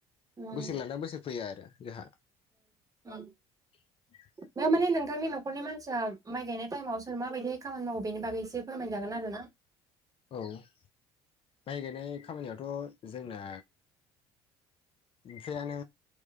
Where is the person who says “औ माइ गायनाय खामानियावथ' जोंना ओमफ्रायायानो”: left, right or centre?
Left